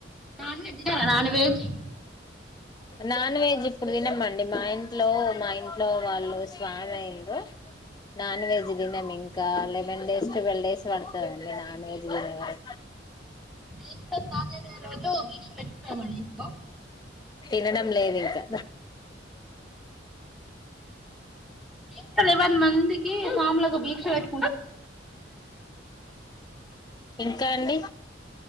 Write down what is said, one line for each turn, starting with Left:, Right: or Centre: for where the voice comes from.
Centre: నాన్ వెజ్ తినరా నాన్ వెజ్
Left: నాన్ వెజ్ ఇప్పుడు తినమండి మా ఇంట్లో మా ఇంట్లో వాళ్ళు స్వామి అయ్యిండ్రు నాన్ వెజ్ తినం ఇంకా లెవెన్ డేస్ టుల్వ్ డేస్ పడుతాదండ నాన్ వెజ్ తినే వర
Centre: మేం కూడా స్టార్ట్ చేసే రోజు దీక్ష పెట్టుకున్నామండీ ఇంట్లో
Left: తినడం లేదు ఇంకా
Centre: నే ఎలెవన్ మందికి సాములకు ఒక భీక్ష పెట్
Left: ఇకా అండి